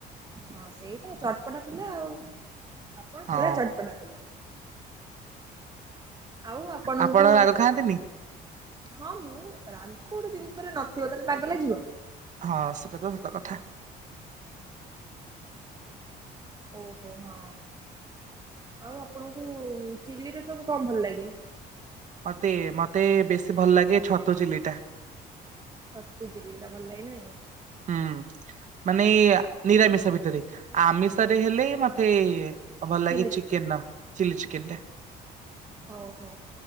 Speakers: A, on the right; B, on the right.
A: ହଁ ସେଇ ତ ଚଟପଟା ପିଲା ଆଉ ଆପଣ
B: ହଁ।
A: ପୁରା ଚଟପଟା ପିଲା। ଆଉ ଆପଣଙ୍କୁ
B: ଆପଣ ରାଗ ଖାଆନ୍ତିନି?
A: ହଁ ମୁଁ ରାଗୋ ଗୋଟେ ଜିନିଷରେ ନଥିବ ତାହେଲେ ବାଗ ଲାଗିବ।
B: ହଁ ସେଟା ତ ସତ କଥା।
A: ଓହୋ ହଁ ଆଉ ଆପଣଙ୍କୁ ଚିଲ୍ଲିରେ ସବୁ କଣ ଭଲ ଲାଗେ?
B: ମତେ ମତେ ବେଶୀ ଭଲ ଲାଗେ ଛତୁ ଚିଲି ଟା।
A: ଛତୁଚିଲି ଟା ଭଲ ଲାଗେ ନାଇ।
B: ହୁଁ ମାନେ ଏ ଇ ନିରାମିଷ ଭିତରେ, ଆମିଷ ରେ ହେଲେ ମତେ ଭଲ
A: ଚିଲି
B: ଲାଗେ
A: ଚିକେନ
B: ଚିକେନର ଚିଲି ଚିକେନ ଟା।
A: ଓହୋ